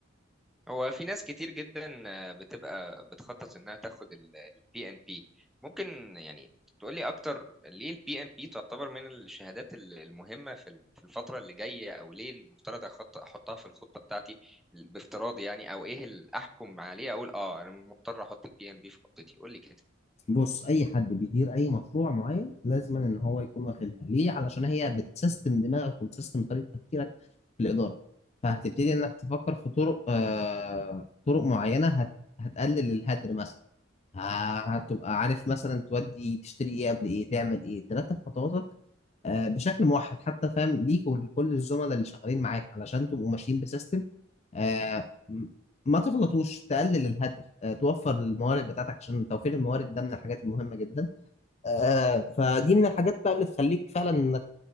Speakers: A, in the centre; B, on the left.
A: هو في ناس كتير جدا بتبقى بتخطط انها تاخد البي ان بي ممكن يعني تقولي اكتر ليه البي ان بي تعتبر من الشهادات ال- المهمة في ال- في الفترة اللي جاية او ليه المفترض أخط- احطها في الخطة بتاعتي بافتراضي يعني او ايه اللي احكم عليه اقول اه انا مضطر احط البي ان بي في خطتي قولي كده
B: بص اي حد بيدير اي مشروع معين لازم ان هو يكون واخدها ليه علشان هي بتسيستم دماغك وبتسيستم طريقه تفكيرك في الاداره فهتبتدي انك تفكر في طرق آه طرق معينه هت هتقلل الهدر مثلا ه- هتبقى عارف مثلا تودي تشتري ايه قبل ايه تعمل ايه ترتب خطواتك آه، بشكل موحد حتى فاهم ليك ولكل الزملاء اللي شغالين معاك علشان تبقوا ماشيين بسيستم آه، م- ما تغلطوش تقلل الهدر آه، توفر الموارد بتاعتك عشان توفير الموارد ده من الحاجات المهمة جدا آه، فدي من الحاجات بقى اللي تخليك فعلا انك